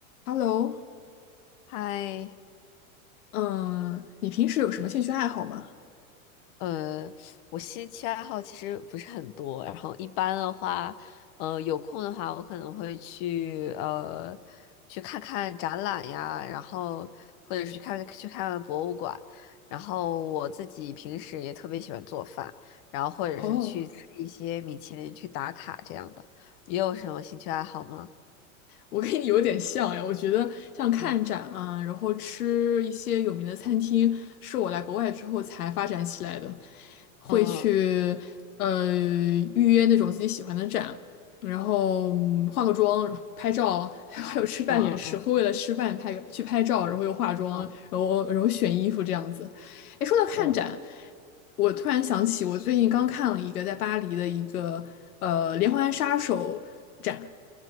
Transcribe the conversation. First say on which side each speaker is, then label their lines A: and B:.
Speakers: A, on the left (about 80°); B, on the left (about 30°).
A: Hello，
B: 嗨，
A: 嗯、你平时有什么兴趣爱好吗？
B: 呃，我兴趣爱好其实不是很多，然后一般的话，呃，有空的话，我可能会去呃去看看展览呀，然后或者是去看去看看博物馆，然后我自己平时也特别喜欢做饭，然后或者是去吃一些米其林去打卡这样的。
A: 哦，
B: 你有什么兴趣爱好吗？
A: 我跟你有点像哎，我觉得像看展啊，
B: 嗯
A: 然后吃一些有名的餐厅，是我来国外之后才发展起来的。会去呃预约那种自己喜欢的展，
B: 嗯
A: 然后嗯化个妆、拍照，<laughs> 还有还有吃饭也是会为了吃饭拍个去拍照，
B: 嗯嗯嗯
A: 然后又化妆，
B: 嗯，
A: 然后然后选衣服这样子。哎，说到看展，
B: 对。
A: 我突然想起我最近刚看了一个在巴黎的一个呃连环杀手展